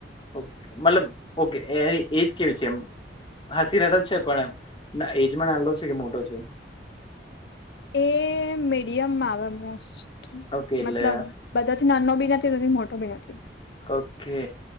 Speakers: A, on the left (about 30°); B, on the left (about 70°).
A: ઓકે મતલબ ઓકે એ એ એજ કેવું છે એમ હાસીરા તો છે પણ એમ ના એજમાં નાલો છે કે મોટો છે?
B: એ મીડિયમમાં આવે મોસ્ટ
A: ઓકે એટલે
B: મતલબ બધાથી નાનો બી નથી નથી મોટો બી નથી.
A: ઓકે